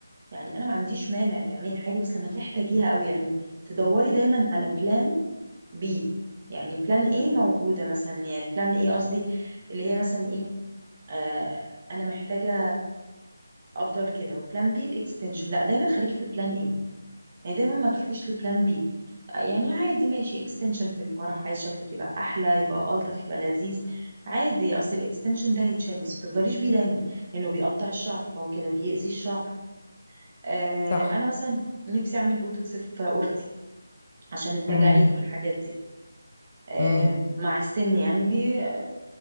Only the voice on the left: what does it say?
صح
امم
امم